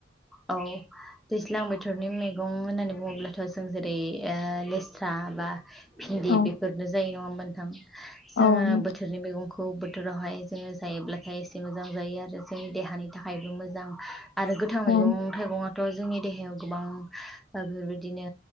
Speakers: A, in the centre; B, on the left.
A: औ दैज्लां बोथोरनि मैगं होननानै बुङोब्लाथ' जों जेरै लेस्रा बा भिन्दि
B: औ
A: बेफोरनो जायो नङा मोनथां
B: औ
A: जोङो
B: नोंथां
A: बोथोरनि मैगंखौ खौ बोथोरावहाय जोङो जायोब्लाथाय एसे मोजां जायो आरो जोंनि देहानि थाखायबो मोजां। आरो गोथां मैगं
B: औ
A: थाइगं थ' जोंनि देहायाव गोबां बेफोरबायदिनो